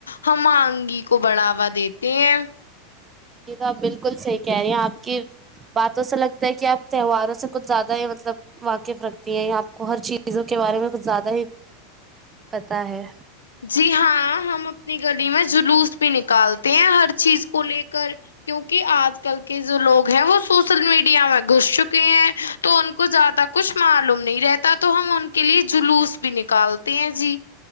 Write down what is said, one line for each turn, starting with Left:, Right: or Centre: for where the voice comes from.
Left: ہم آنگی کو بڑھاوا دیتے ہیں
Right: یہ تو آپ بالکل صحیح کہہ رہی ہیں آپ کی باتوں سے لگتا ہے کہ آپ تہواروں سے کچھ زیادہ ہی مطلب واقف رکھتی ہیں آپ کو ہر چیزوں کے بارے میں کچھ زیادہ ہی پتا ہے
Left: جی ہاں ہم اپنی گلی میں جلوس بھی نکالتے تین ہر چیز کو لے کر کیونکہ آج کل کے جو لوگ ہیں وہ سوشل میڈیا میں گھس چک ہیں تو ان کو زیادہ کچھ معلوم نہیں رہتا تو ہم ان کے لیے جلوس بھی نکالتے ہیں جی